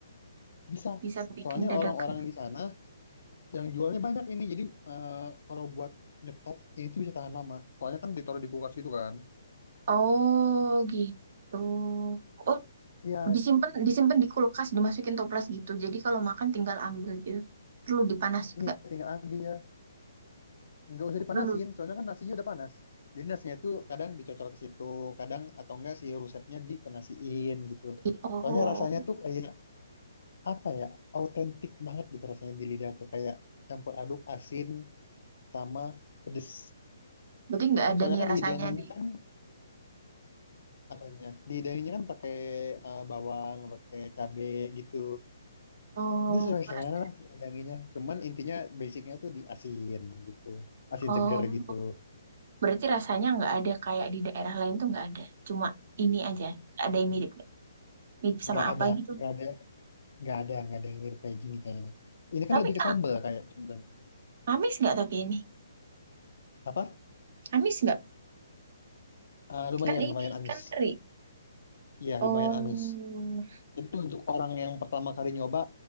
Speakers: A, on the left; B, on the right.
A: Bisa.
B: Bisa bikin
A: Soalnya
B: dadakan.
A: orang-orang di sana yang jualnya banyak ini. Jadi eh, kalau buat nyetok ini tuh bisa tahan lama. Soalnya kan ditaruh di kulkas itu kan.
B: Oh, gitu. Oh,
A: Iya,
B: disimpan disimpan di kulkas, dimasukin toples gitu. Jadi kalau makan tinggal ambil gitu. Perlu dipanas nggak?
A: Iya, tinggal ambil. Nggak usah dipanasin,
B: Perlu.
A: soalnya kan nasinya udah panas. Jadi nasinya itu kadang dicocol ke situ, kadang atau enggak si rusepnya dikenasiin gitu.
B: di- Oh,
A: Soalnya rasanya tuh kayak apa ya, autentik banget gitu rasanya di lidah tuh kayak campur aduk asin sama pedes.
B: berarti nggak
A: Kan
B: ada
A: soalnya
B: nih
A: kan
B: rasanya
A: dihidanginnya
B: di.
A: kan apanya? Dihidanginnya kan pakai eh, bawang, pakai cabe gitu.
B: Oh,
A: Itu sesuai
B: ras-
A: selera lah dihidanginnya. Cuman intinya basicnya tuh di asin gitu, asin
B: oh,
A: seger gitu
B: berarti rasanya nggak ada kayak di daerah lain tuh nggak ada. Cuma ini aja. Ada yang mirip nggak? Mirip sama
A: nggak
B: apa
A: ada
B: gitu.
A: nggak ada nggak ada nggak ada yang mirip kayak gini kayaknya ini
B: Tapi
A: kan lebih ke
B: ah,
A: sambal kayak contohnya
B: amis nggak tapi ini?
A: apa
B: Amis nggak?
A: Eh, lumayan
B: Kan ini
A: lumayan
B: ikan
A: amis
B: teri.
A: Iya
B: Oh,
A: lumayan amis itu untuk orang yang pertama kali nyoba